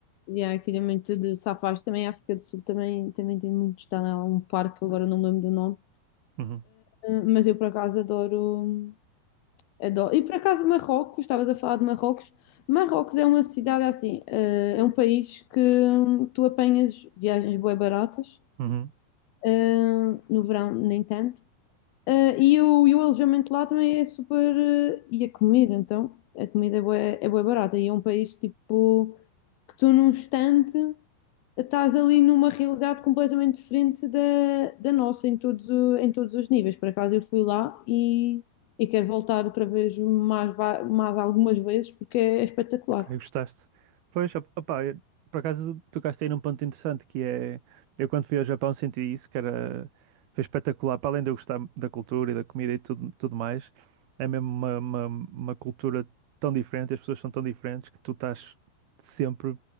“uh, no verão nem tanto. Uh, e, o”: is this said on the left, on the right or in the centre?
Left